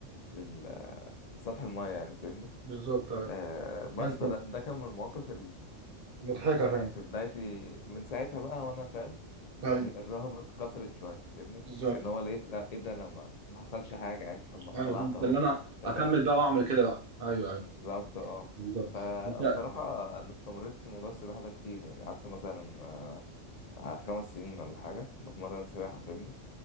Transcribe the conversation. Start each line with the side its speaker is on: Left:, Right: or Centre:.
Left: لل سطح الميه يعني فاهمني
Right: بالظبط ايوه
Left: آه بس
Right: انت
Left: فده ده كان من المواقف
Right: مضحكه
Left: يعني
Right: فاهم
Left: في بدايتي من ساعتها بقى وانا فاهم
Right: ايوه
Left: يعني الرهبة اتكسرت شوية فاهمني
Right: بالظبط
Left: لان هو لقيت لا ايه ده انا ما ما حصلش حاجة عادي طب ما انا
Right: ايوه
Left: طلعت
Right: فهمت
Left: اهو
Right: اللي انا اكمل
Left: انت فاهم
Right: بقى واعمل كده بقى ايوه ايوه
Left: بالظبط اه
Right: بالظبط
Left: فبصراحة
Right: انت
Left: انا استمريت في موضوع السباحة ده كتير يعني قعدت مثلا آه، بتاع خمس سنين ولا حاجة بتمرن سباحة فاهمني